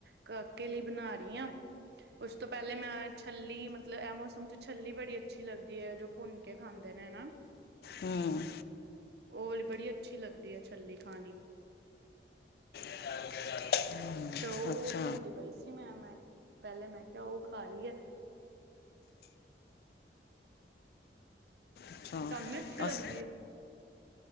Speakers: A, on the right; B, on the left.
A: ਕਾਕੇ ਲੲੀ ਬਣਾ ਰਹੀ ਆ। ਉਸ ਤੋਂ ਪਹਿਲੇ ਮੈਂ ਛੱਲੀ ਮਤਲਬ ਇਹ ਮੌਸਮ ਚ ਛੱਲੀ ਬੜੀ ਅੱਛੀ ਲੱਗਦੀ ਹੈ ਜੋ ਭੁੰਨ ਕੇ ਖਾਂਦੇ ਨੇ ਨਾ।
B: ਹਮ।
A: ਉਹ ਵਾਲੀ ਬੜੀ ਅੱਛੀ ਲੱਗਦੀ ਹੈ। ਛੱਲੀ ਖਾਣੀ
B: <unintelligible>
A: ਤੇ ਉਹ-ਉਹ
B: ਅੱਛਾ
A: ਭੁੰਨਦੀ ਪਈ ਸੀ। ਮੈਂ-ਮੈਂ ਪਹਿਲੇ ਮੈਂ ਕਿਹਾ ਉਹ ਖਾ ਲਈ ਏ। <unintelligible>
B: ਅੱਛਾ
A: ਤੁਹਾਨੂੰ ਵੀ ਅੱਛੀ ਲੱਗਦੀ
B: ਅਸ
A: ਆ।